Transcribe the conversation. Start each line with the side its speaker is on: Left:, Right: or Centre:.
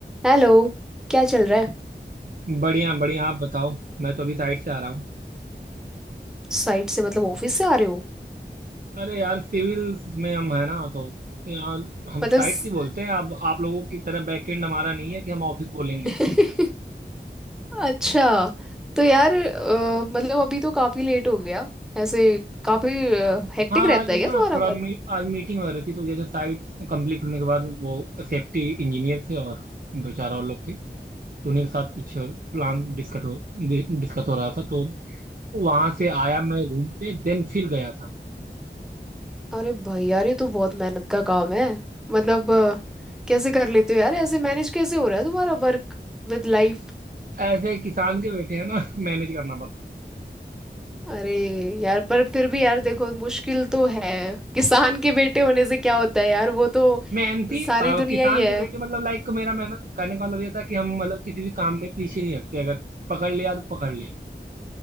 Centre: Hello क्या चल रहा है
Right: बढ़िया बढ़िया आप बताओ मैं तो अभी साइड से आ रहा हूँ
Centre: साइट से मतलब ऑफिस से आ रहे हो
Right: अरे यार सिविल्स में हम है ना तो यहाँ हम
Centre: मतलब
Right: साइड
Centre: स-
Right: से बोलते हैं अब आप लोगों की तरह बैकएंड हमारा नहीं है कि हम ऑफिस बोलेंगे
Centre: <laughs> अच्छा तो यार अ, मतलब अभी तो काफी लेट हो गया ऐसे काफी हेक्टिक
Right: हाँ
Centre: रहता
Right: आज
Centre: है क्या
Right: ना
Centre: तुम्हारा
Right: थोड़ा मी, आज मीटिंग वगैरह थी तो जैसे साइट कंप्लीट होने के बाद वो सेफ्टी इंजीनियर थे और दो चार और लोग थे तो उन्हीं के साथ कुछ प्लान
Centre: वर्क
Right: डिस्कस हो डिस्कस हो रहा था तो वहां से आया मैं रूम पे देन फिर गया था
Centre: अरे भाई यार ये तो बहुत मेहनत का काम है मतलब अ, कैसे कर लेते हो यार ऐसे मैनेज कैसे हो रहा है तुम्हारा वर्क विद लाइफ
Right: ऐसे किसान के बेटे हैं ना <laughs> मैनेज करना पड़ता है
Centre: अरे यार पर फिर भी यार देखो मुश्किल तो है किसान के बेटे होने से क्या होता है यार वो तो
Right: मेहनती
Centre: सारी
Right: अ,
Centre: दुनिया
Right: किसान
Centre: ही है
Right: के बेटे मतलब लाइक मेरा मेहनत करने का मतलब ये था कि हम मतलब किसी भी काम में पीछे नहीं हटते अगर पकड़ लिया तो पकड़ लिया